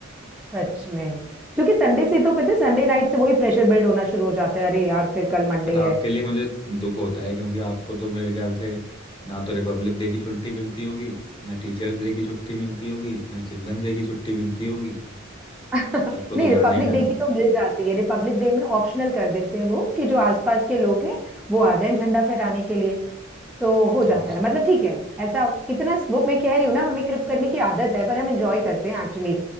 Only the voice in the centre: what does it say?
सच में क्योंकि संडे से तो पता है संडे नाइट से वही प्रेशर बिल्ड होना शुरू हो जाता है अरे यार फिर कल मंडे
है
<laughs>
नहीं
रिपब्लिक
डे की तो मिल जाती है रिपब्लिक डे में ऑप्शनल कर देते हैं वो कि जो आसपास के लोग हैं वो आ जाएं झंडा फहराने के लिए तो हो जाता
है मतलब ठीक है ऐसा इतना वो मैं कह रही हूँ ना हमें क्रिप करने की आदत है पर हम एंजॉय करते हैं actually